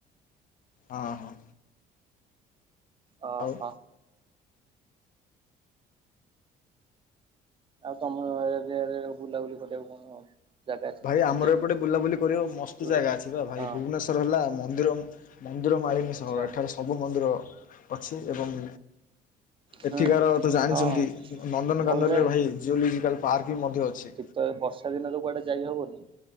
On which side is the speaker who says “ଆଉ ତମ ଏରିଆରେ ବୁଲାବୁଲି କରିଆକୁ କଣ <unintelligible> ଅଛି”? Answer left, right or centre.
Right